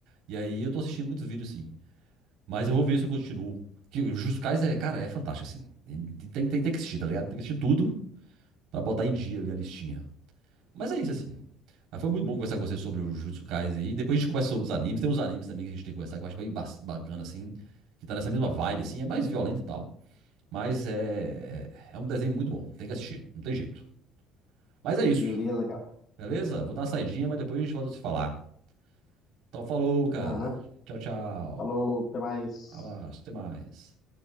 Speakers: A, on the right; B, on the left.
A: E aí eu tô assistindo muitos vídeos, sim. Mas eu vou ver se eu continuo. Que o Jujutsu Kaisen é, cara, é fantástico, assim. E Tem, tem, tem que assistir, tá ligado? Tem que assistir tudo pra botar em dia ali a listinha. Mas é isso, assim. Mas foi muito bom conversar com você sobre o Jujutsu Kaisen aí. Depois a gente conversa sobre os animes. Tem uns animes também que a gente tem que conversar, que eu acho bem ba- bacana, assim. Que tá nessa mesma vibe, assim. É mais violento e tal. Mas é... é um desenho muito bom. Tem que assistir. Não tem jeito. Mas é
B: Beleza,
A: isso.
B: cara.
A: Beleza? Vou dar uma saidinha, mas depois a gente volta a se falar. Então falou, cara.
B: Aham.
A: Tchau, tchau.
B: Falou, até mais.
A: Abraço. Até mais.